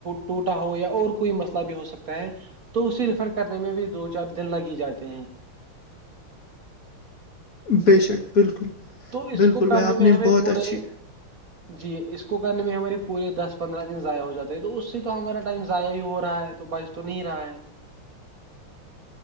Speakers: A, on the right (about 45°); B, on the left (about 45°).
A: ٹوٹا ہو یا اور کوئی مسئلہ بھی ہو سکتا ہے تو اسے ریفر کرنے میں بھی دو چار دن لگ ہی جاتے ہیں
B: بے شک بالکل
A: تو اس
B: بالکل
A: کو کرنے
B: بھائی آپ
A: میں
B: نے
A: ہمیں
B: بہت
A: پورے
B: اچھی
A: جی اس کو کرنے میں ہماری پورے دس پندرہ دن ضائع ہو جاتا ہے تو اس سے تو ہمارا ٹائم ضائع ہی ہو رہا ہے تو بچ تو نہیں رہا ہے